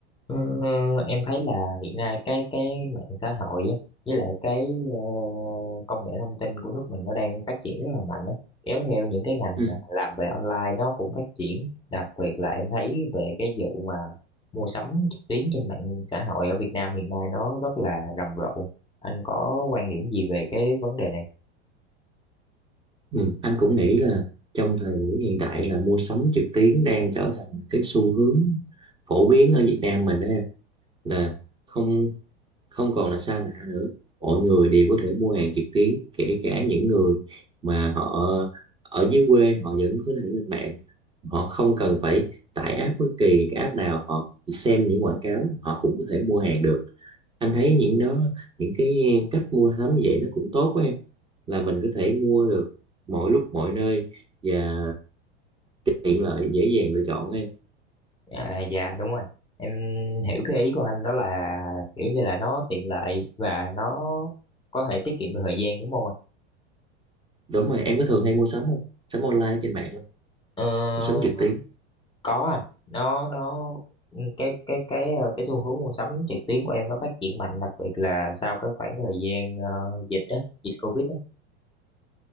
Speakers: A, on the left (about 15°); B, on the right (about 15°).
A: Ờ, em thấy là hiện nay cái cái mạng xã hội á, với lại cái ờ, công nghệ thông tin của nước mình nó đang phát triển rất là mạnh á. Kéo theo những cái ngành
B: Ừ.
A: mà làm về online nó cũng phát triển đặc biệt là em thấy về cái vụ mà mua sắm trực tuyến trên mạng xã hội ở Việt Nam hiện nay nó rất là rầm rộ anh có quan điểm gì về cái vấn đề này
B: Ừ. Anh cũng nghĩ là trong thời buổi hiện tại là mua sắm trực tuyến đang trở thành cái xu hướng phổ biến ở Việt Nam mình đó em là không không còn là xa lạ nữa mọi người đều có thể mua hàng trực tuyến kể cả những người mà họ ở dưới quê họ vẫn có thể lên mạng họ không cần phải tải app bất kỳ cái app nào họ chỉ xem những quảng cáo họ cũng có thể mua hàng được anh thấy những đó những cái cách mua sắm như vậy nó cũng tốt quá em là mình có thể mua được mọi lúc mọi nơi và tiện lợi dễ dàng lựa chọn em
A: à, dạ đúng rồi em hiểu cái ý của anh đó là kiểu như là nó tiện lợi và nó có thể tiết kiệm được thời gian đúng không ạ?
B: đúng rồi em có thường hay mua sắm không sắm online trên mạng không
A: Ờ,
B: mua sắm trực tuyến
A: có anh nó nó cái cái cái ờ, cái xu hướng mua sắm trực tuyến của em nó phát triển mạnh đặc biệt là sau cái khoảng thời gian ờ, dịch á dịch Covid á